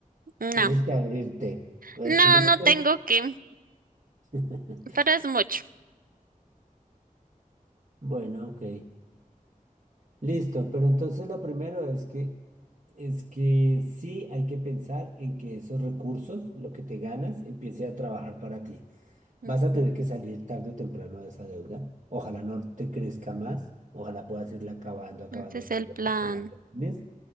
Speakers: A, on the right (about 75°); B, on the right (about 60°).
A: mm,
B: Tienes
A: no,
B: que abrirte. A ver,
A: no,
B: si no me
A: no
B: quieres-
A: tengo que, mm,
B: <laughs>
A: pero es mucho.
B: Bueno, ok. Listo, pero entonces lo primero es que es que sí hay que pensar en que esos recursos, lo que te ganas, empiece a trabajar para ti.
A: Ujú.
B: Vas a tener que salir tarde o temprano de esa deuda. Ojalá no te crezca más. Ojalá puedas irla acabando, acabando,
A: Ese es
B: acabando
A: el plan.
B: hasta que la termines.